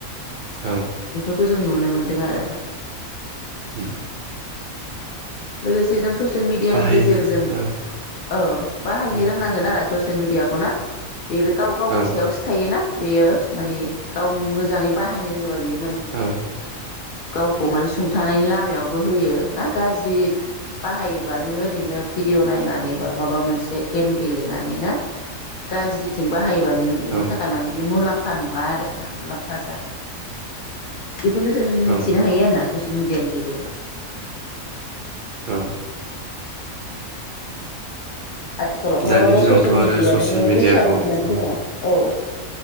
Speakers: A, on the right; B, on the left.
A: औ
B: खो जों नुनो मोनदों आरो
A: उम
B: लोगोसे जों ससियेल मिडियानि
A: बाहायनो
B: गेजेरजों
A: औ
B: ओ बाहायनो
A: औ
B: रोंनांगोन आरो ससियेल मिडियाखौ ना? बेबो गाव गावनि
A: औ
B: थायोना बेयो माने गाव मोजाङै बाहायनो रोङोबा बेयो माने
A: औ
B: गावखौ माने सुंथानायनि लामायावबो होयो ना गाज्रि बाहायोबा। नोङो ओरैनो बिडिअ नायनानै। बा माबा मोनसे गेम गेलेनानै ना गाज्रिथिं बाहायोबानो
A: औ
B: नि थाखाय माने बे मुलाम फा नङा आरोना मुलाम्फा जाहोआ बेखौनो जों मिथिनो
A: औ
B: हायो आरोना ससियेल मिडिया नि गेजेरजों।
A: औ।
B: आथिखालावथ
A: दानि
B: बे
A: दिनावथ'
B: ससियेल
A: आरो
B: मिडियानो
A: ससियेल मिडियाखौ
B: गोसारनानै
A: औ
B: दङ औ।